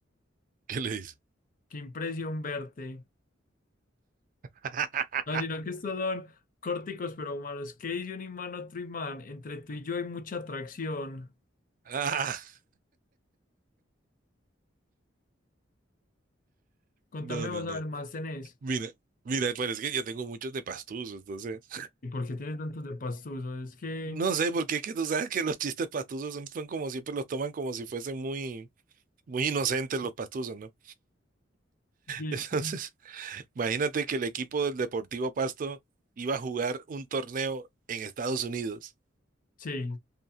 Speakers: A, on the right; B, on the left.
A: ¿Qué le dice?
B: Qué impresión verte.
A: <laughs>
B: No, sino que estos son córticos pero humanos. ¿Qué dice un imán a otro imán? Entre tú y yo hay mucha atracción.
A: Ah,
B: Contame,
A: no, no,
B: vamos
A: no.
B: a ver más tenés.
A: Mira, mira, pues es que yo tengo muchos de pastuzos, entonces.
B: ¿Y por qué tienes tantos de pastuso? Es que...
A: No sé, porque es que tú sabes que los chistes pastuzos son son como siempre los toman como si fuesen muy, muy inocentes los pastuzos, ¿no?
B: dis-
A: Entonces, <laughs> imagínate que el equipo del Deportivo Pasto iba a jugar un torneo en Estados Unidos
B: Sí.